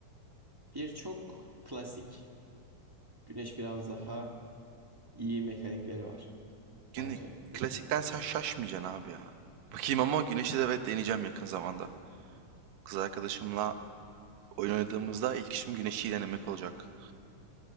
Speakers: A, on the right; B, on the right.
A: Bir çok klasik. Güneş biraz daha iyi mekanikleri var.
B: Gün
A: Bence en
B: klasikten
A: azından.
B: sen şaşmayacaksın abi ya. Bakayım ama güneşli de evet deneyeceğim yakın zamanda. Kız arkadaşımla Oyun oynadığımızda ilk işim güneşi denemek olacak.